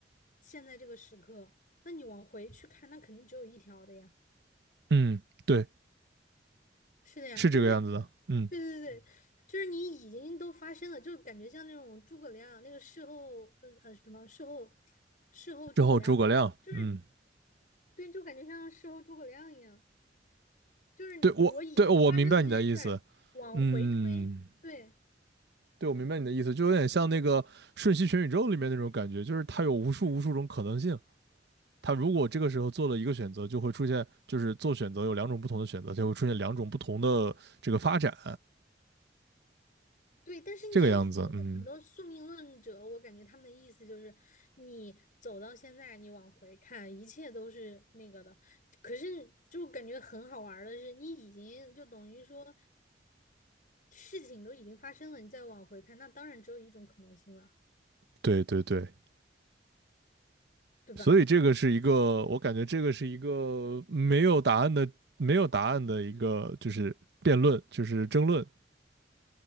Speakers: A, on the left (about 50°); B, on the right (about 65°).
A: 现在这个时刻，那你往回去看，那肯定只有一条的呀。
B: 嗯，对，
A: 是的呀，
B: 是这个样子的。
A: 就是，对
B: 嗯，
A: 对对，就是你已经都发生了，就感觉像那种诸葛亮那个事后，呃呃，什么事后，事后诸葛亮嘛，
B: 之后诸葛亮，
A: 就是
B: 嗯，
A: 对，就感觉像事后诸葛亮一样，就是我已经发生了这些事儿，
B: 对我，对我明白你的意思。
A: 往回推，
B: 嗯，
A: 对。
B: 对我明白你的意思，就有点像那个《瞬息全宇宙》里面那种感觉，就是它有无数无数种可能性。他如果这个时候做了一个选择，就会出现，就是做选择有两种不同的选择，就会出现两种不同的这个发展，
A: 对，但是你已经有很多宿命论者，
B: 这个样子。嗯，
A: 我感觉他们的意思就是，你走到现在，你往回看，一切都是那个的。可是就感觉很好玩儿的是，你已经就等于说事情都已经发生了，你再往回看，那当然只有一种可能性了，
B: 对对对，
A: 对吧？
B: 所以这个是一个，我感觉这个是一个没有答案的，没有答案的一个，就是辩论，就是争论，